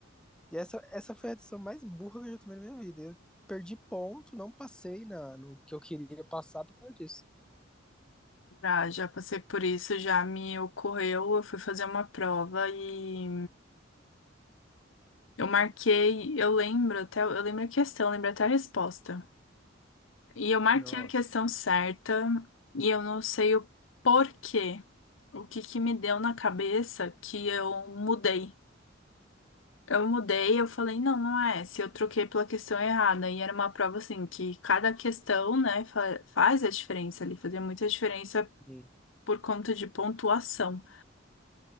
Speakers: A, in the centre; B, on the left.
A: E essa, essa foi a decisão mais burra que eu já tomei na minha vida. Eu perdi ponto, não passei na, no que eu queria passar por causa disso.
B: já, já passei por isso, já me ocorreu. Eu fui fazer uma prova e eu marquei. Eu lembro até. Eu lembro a questão, lembro até a resposta. E eu marquei
A: Nossa.
B: a questão certa e eu não sei o porquê. O que que me deu na cabeça que eu mudei. Eu mudei, eu falei, não, não é essa. Eu troquei pela questão errada. E era uma prova assim, que cada questão, né, fa- faz a diferença ali, fazia muita diferença
A: Sim.
B: por conta de pontuação.